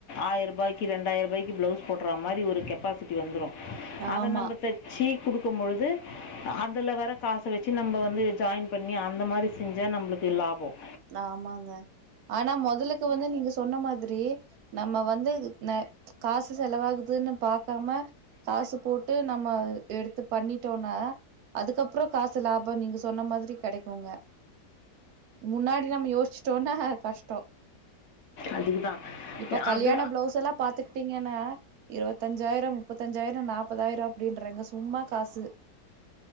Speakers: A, on the left; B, on the right.
A: ஆயிரருபாய்க்கு ரெண்டாயிரருபாய்க்கு பிளஸ் போட்டுற மாரி ஒரு கெப்பாசிட்டி வந்துடும் அத
B: ஆமா
A: நம்ம தைச்சு குடு இருக்கும்பொழுது அதில் வர காச வச்சு நம்ம வந்து ஜாயின் பண்ணி அந்த மாதிரி செஞ்சா நம்மளுக்கு லாபோம்
B: ஆமாங்க ஆனா முதலுக்கு வந்து நீங்க சொ சொன்ன மாதிரி நம்ம வந்து காசு செலவாகுதுன்னு பா க்காம காசு போட்டு நம்ம எடுத்து பண்ணிட்டோம்னா அதுக்கப்பறம் காசு லாபம் நீங்க சொன்ன மாதிரி கெடைக்குங்க முன்னாடி நம யோச்சிட்டோம்னா கஷ்டம்
A: அதுக்கு தான்
B: இப்ப கல்யாண
A: அது
B: பிளவுஸ் எல்லாம் பாத்துகிட்டீங்கன்ன இரவத்தஞ்சாயிரம் முப்பத்தஞ்சாயிரம் நாற்பதாயிரம் அப்டின்றங்க சும்மா காசு